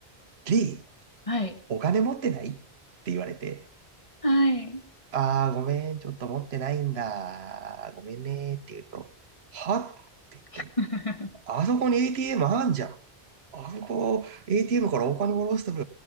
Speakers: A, on the right; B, on the left.
A: リー、
B: はい。
A: お金持ってないって言われて、
B: えーはい。
A: ああ、ごめん、ちょっと持ってないんだ、ごめんね、って言うと、はって言って、
B: <laughs>
A: あそこに ATM あんじゃん。あそこ、ATM からお金下ろしても、